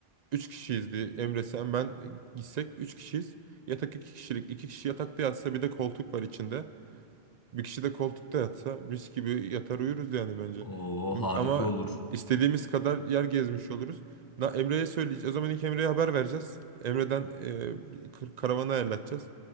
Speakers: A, on the right; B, on the left.
A: Üç kişiyiz diye Emre sen ben gitsek üç kişiyiz. Yatak iki kişilik. iki kişi yatakta yatsa bir de koltuk var içinde. Bir kişi de koltukta yatsa mis gibi yatar uyuruz yani bence.
B: Oo
A: M-
B: harika
A: Ama
B: olur.
A: istediğimiz kadar yer gezmiş oluruz. Na, Emre'ye söyleyeceğiz. O zaman ilk Emre'ye haber vereceğiz. Emre'den e, kar- karavanı ayarlatacağız.